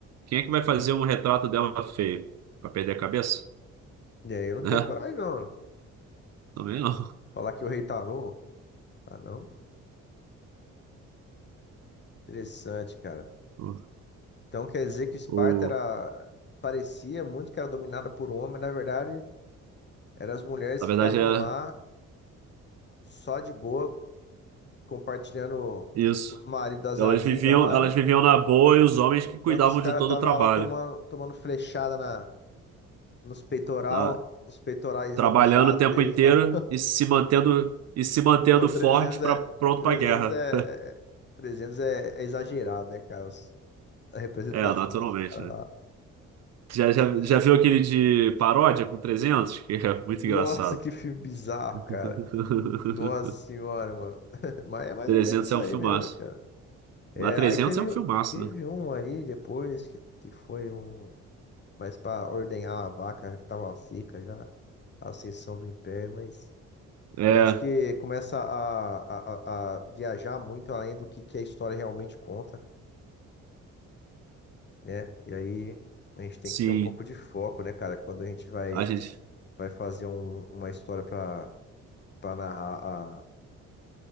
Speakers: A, on the right; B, on the left.
A: quem é que vai fazer um retrato dela feio? Pra perder a cabeça? <laughs>
B: E aí eu não
A: Né?
B: tenho coragem, não.
A: Também não.
B: Falar que o rei tá Tarô. tá não? Interessante, cara.
A: <laughs> O,
B: Então quer dizer que Esparta
A: o-
B: era. Parecia muito que era dominada por homem, mas na verdade eram as mulheres
A: na
B: que
A: verdade
B: ficavam
A: é
B: lá só de boa, compartilhando
A: isso.
B: os maridos das
A: Elas
B: amigas
A: viviam,
B: lá,
A: elas viviam na boa e os homens
B: enquanto
A: que cuidavam
B: os caras
A: de todo
B: estavam
A: o trabalho,
B: lá tomando, tomando flechada na, nos peitoral,
A: tá?
B: os peitorais
A: Trabalhando
B: lambuzados
A: o tempo
B: deles
A: inteiro
B: lá.
A: e se mantendo e se mantendo
B: Pô, trezentos
A: forte para
B: é,
A: pronto
B: 300
A: para guerra.
B: é, é- 300 é, é exagerado, né, cara? Os- A representação
A: É, naturalmente,
B: dos caras
A: né?
B: lá.
A: Já, já, já viu aquele de paródia com 300 Que é muito
B: Nossa,
A: engraçado.
B: que filme bizarro,
A: <laughs>
B: cara. Nossa senhora, mano. <laughs> Mas é mais
A: trezentos
B: ou menos isso
A: é um
B: aí
A: filmaço.
B: mesmo, né, cara? É,
A: A trezentos
B: aí teve,
A: é um filmaço,
B: teve
A: né?
B: um ali depois que, que foi um. Mas pra ordenhar a vaca que tava seca já, a ascensão do império, mas
A: É,
B: eu acho que começa a, a, a, a viajar muito além do que, que a história realmente conta. né? E aí a gente tem
A: sim.
B: que ter um pouco de foco, né, cara? Quando a gente vai,
A: A gente,
B: vai fazer um- uma história pra para narrar a,